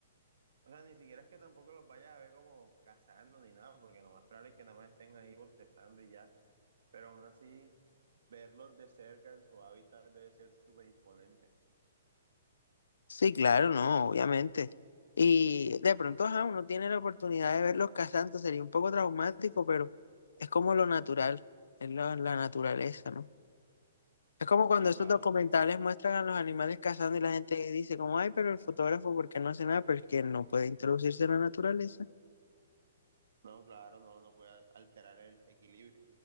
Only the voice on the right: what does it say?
o sea, ni siquiera es que tampoco los vayas a ver como cazando ni nada, porque lo más probable es que nada más estén ahí bostezando y ya, pero aún así, verlos de cerca en su hábitat debe ser súper imponente.
Sí,
claro,
sí, claro.
No, claro, no, no puede alterar el equilibrio,